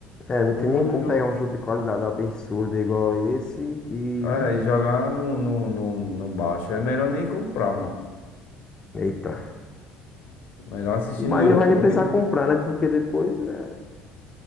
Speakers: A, on the left (about 20°); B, on the left (about 65°).
A: É, não
B: O
A: tem
B: bom
A: nem como
B: do jogo.
A: pegar um jogo de qualidade absurda igual esse e,
B: É,
A: né?
B: e jogar no, no, no, no baixo. É melhor nem comprar, mano.
A: Eita.
B: Melhor assistir
A: Mas
B: no YouTube.
A: não vai nem precisar comprar, né? Porque depois, é,